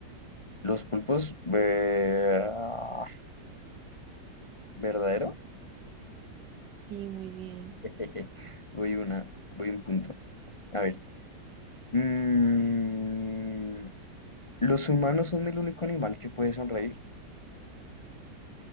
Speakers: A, on the left; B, on the right.
A: Los pulpos, ve- ah, verdadero.
B: Sí, muy bien.
A: Jejeje. Voy una, voy un punto. A ver. Mm, los humanos son el único animal que puede sonreír.